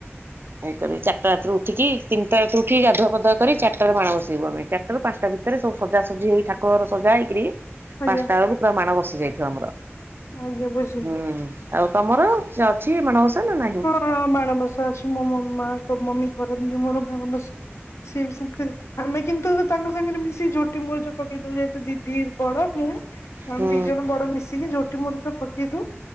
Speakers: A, on the right; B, on the left.
A: ଏଇକରି ଚାରିଟା ରାତିରୁ ଉଠିକି ତିନିଟା ରାତିରୁ ଉଠିକି ଗାଧୁଆ ପାଧୁଆ କରି ଚାରିଟାରେ ମାଣ ବସେଇବୁ ଆମେ। ଚାରିଟାରୁ ପାଞ୍ଚଟା ଭିତରେ ସବୁ ସଜାସଜି ହେଇ ଠାକୁର ଘର ସଜା ହେଇକିରି
B: ଆଜ୍ଞା
A: ପାଞ୍ଚଟା ବେଳକୁ ପୁରା ମାଣ ବସି ଯାଇଥିବ ଆମର।
B: ଆଜ୍ଞା ବୁଝିଲି।
A: ହୁଁ ଆଉ ତମର? ସେ ଅଛି ମଣବସା ନା ନାହିଁ?
B: ହଁ ମାଣବସା ଅଛି। ମୋ ମ ମା ମମି କରନ୍ତି ମୋର ମାଣବସା। ସିଏ ବି ସେମିତି ଆମେ କିନ୍ତୁ ତାଙ୍କ ସାଙ୍ଗରେ ମିଶି ଝୋଟି ମୁରୁଜ ପକେଇଦଉ ଯେହେତୁ ଦିଦି ବଡ ମୁଁ, ଆମେ
A: ହୁଁ
B: ଦି ଜଣ ବଡ ମିଶିକି ଝୋଟି ମୁରୁଜ ପକେଇଦଉ।